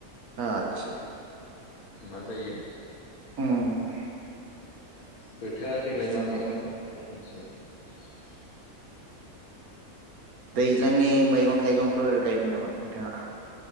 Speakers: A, on the right (about 75°); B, on the left (about 80°).
A: आतसा।
B: मा जायो
A: उम
B: <inaudible> बोथोरा देग्लाय
A: बिदिनो
B: मा खालामो। <unintelligible>
A: दैज्लांनि मैगं थाइगंफोर गायदों नामा नोंथाङा?